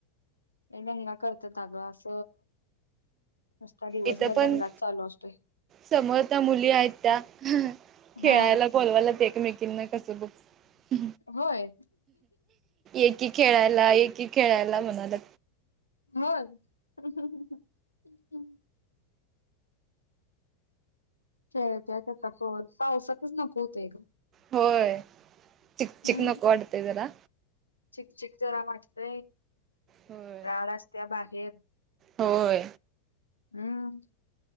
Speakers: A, on the left; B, on the right.
A: हे दंगा करत द ग अस असता दिवसभर
B: इथं पण
A: दंगाच चालू असतोय
B: समोर त्या मुली आहेत त्या खेळायला
A: हा
B: बोलवायला ते तु् किन कसं बुक्स?
A: होय.
B: एकी खेळायला एकी खेळायला म- मला.
A: <unintelligible> त्या त्यात आता प पावसातच नको होतय ग.
B: होय चिकचिक
A: हम्म
B: नको वाटतंय जरा
A: चीक चीक जरा वाट-
B: होय
A: राड असत्या बाहेर.
B: होय.
A: हम्म.